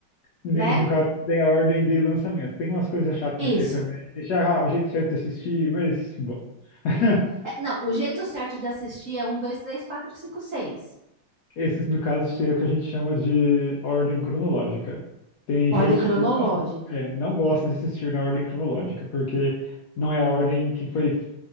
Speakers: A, on the left; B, on the right.
A: Ne-
B: né?
A: No caso, daí é a ordem de lançamento. Tem umas coisas chatas
B: Isso.
A: disso aí também. Deixar ah, o jeito certo de assistir, mas bom. <laughs>
B: É, não, o jeito certo de assistir é um, dois, três, quatro, cinco, seis.
A: Esses, no caso, seria o que a gente chama de ordem cronológica. Tem
B: Ordem
A: gente
B: cronológica.
A: que não, é, não gosta de assistir na ordem cronológica, porque não é a ordem que foi